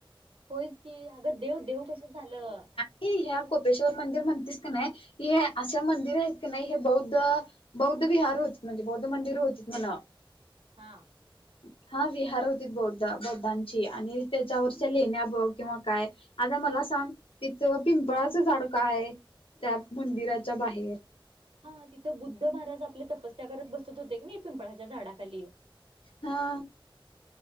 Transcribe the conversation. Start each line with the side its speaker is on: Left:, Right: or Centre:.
Right: होयच की, अगं देव देव कसं झालं?
Left: कि ह्या कोपेश्वर मंदिर म्हणतीस का नाय, हे असं मंदिर हाय की नाही हे बौद्ध बौद्ध विहार होती म्हणजे बौद्ध मंदिर होती म्हणा.
Right: हा.
Left: ह. हा विहार होती बौद्ध बौद्धांची आणि त्याच्यावरच्या लेहिण्या बघ किंवा काय. आता मला सांग. तेव्हा पिंपळाचं सडखं आहे त्या मंदिराच्या बाहेर.
Right: हा तिथं बुद्ध महाराज आपल्या तपस्या करत बसत होते की नाही पिंपळाच्या झाडाखाली.
Left: हा.